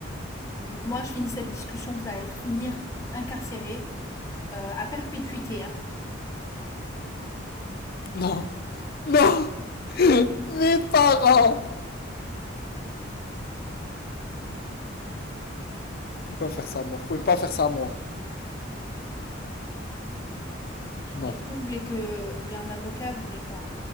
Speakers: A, on the left (about 15°); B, on the left (about 50°).
A: moi, je finis cette discussion. Vous allez être finir incarcéré euh, à perpétuité. hein.
B: Non. Non. Mes parents. Vous pouvez pas me faire ça à moi. Vous pouvez pas faire ça à moi. Non.
A: Est-ce que vous voulez que vous voulez un avocat? Vous voulez quoi?